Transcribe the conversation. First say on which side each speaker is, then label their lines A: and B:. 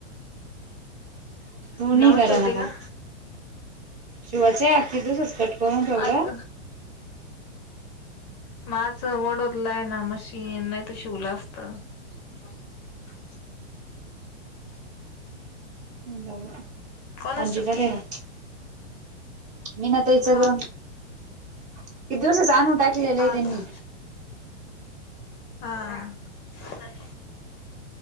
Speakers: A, on the left (about 30°); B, on the right (about 20°).
A: <inaudible>
B: तू नाही करा
A: शिवते का
B: काल शिवाच आनखी तसच कट करून ठेवलं
A: आग माझं वडोदला आहे ना मशीन. नाही तर शिवल असत. <unintelligible> <inaudible>
B: बोल ना
A: कोणाच
B: अजी
A: शिवतीये
B: बर हाय का. मीनताच
A: हा
B: ग किती दिवसच आणून टाकलेलं
A: हा
B: आहे त्यांनी.
A: का हा,